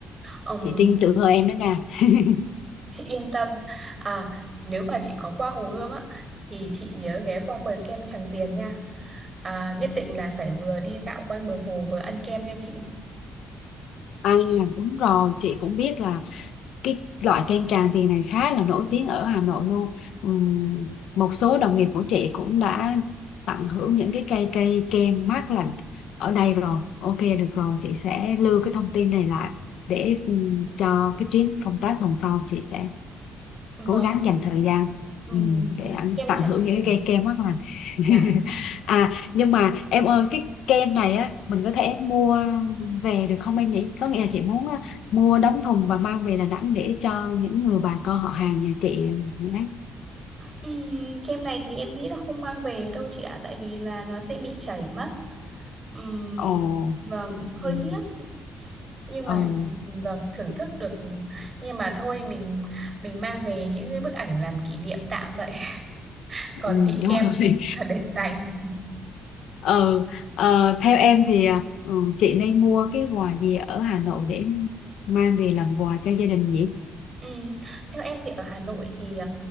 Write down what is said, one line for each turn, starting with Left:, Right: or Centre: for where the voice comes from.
Right: Ừm,
Left: chị tin tưởng ở em đó nha <laughs>
Right: chị yên tâm. À nếu mà chị có qua Hồ Gươm á thì chị nhớ ghé qua quầy kem Tràng Tiền nha. À, nhất định là phải vừa đi dạo quanh bờ hồ vừa ăn kem nha chị.
Left: À đúng rồi chị cũng biết là cái loại kem Tràng Tiền này khá là nổi tiếng ở Hà Nội luôn Ừm, một số đồng nghiệp của chị cũng đã tận hưởng những cái cây cây kem mát lạnh ở đây rồi ok được rồi chị sẽ lưu cái thông tin này lại để ừm, cho cái chuyến công tác tuần sau chị sẽ
Right: Vâng.
Left: cố gắng dành thời gian
Right: Ừm,
Left: ừ, để anh
Right: Kem
Left: tận
Right: Tràng
Left: hưởng
Right: Tiền.
Left: những cái cây kem mát lành <laughs>
Right: Dạ.
Left: à nhưng mà em ơi cái kem này á mình có thể mua về được không em nhỉ có nghĩa là chị muốn á, mua đóng thùng và mang về Đà Nẵng để cho những người bà con họ hàng nhà chị ấy
Right: Ừm, kem này thì em nghĩ là không mang về được đâu chị ạ tại vì là nó sẽ bị chảy mất Ừm,
Left: ồ
Right: vâng hơi
Left: ừ,
Right: tiếc nhưng
Left: ừ,
Right: mà vâng thưởng thức được nhưng mà thôi mình mình mang về những cái bức ảnh làm kỷ niệm tạm vậy <laughs> còn
Left: ừ,
Right: vị
Left: đúng
Right: kem
Left: rồi
Right: thì <laughs> chắc là để dành
Left: <laughs> ừ, ờ, theo em thì à, ừ, chị nên mua cái quà gì ở Hà Nội để mang về làm quà cho gia đình nhỉ
Right: Ừm, theo em thì ở Hà Nội thì